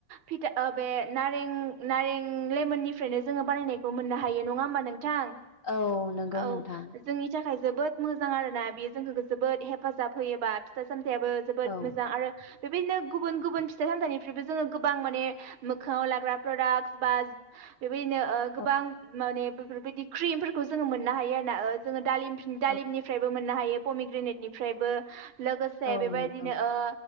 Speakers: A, on the right; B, on the left.
A: भिटा ओ बे नारें नारें लेमोननि फ्रायनो जोङो बानायनायखौ मोननो हायो नङा होमबा नोंथां
B: औ नंगौ
A: औ
B: नोंथां
A: जोंनि था खाय जोबोद मोजां आरोना बेयो जोंखो जोबोद हेफाजाब होयोबा फिथाइ सान थाइयाबो जोबोद
B: औ
A: मोजां आरो बेबायदिनो गुबुन गुबुन फिथाइ सामथाइनिफ्रायबो जोङो गोबां माने मोखाङाव लाग्रा प्रडाक्स बा बे बैनो गोबां
B: औ
A: माने बेफोरबायदि क्रिमफोरखौ जोङो मोननो हायो आरोना ओ जोङो दालिम फिन दालिमनिफ्रायबो
B: औ
A: मोननो हायो पमिग्रेनेटनिफ्रायबो लोगोसे
B: औ
A: बेबायदिनो
B: नंगौ
A: ओ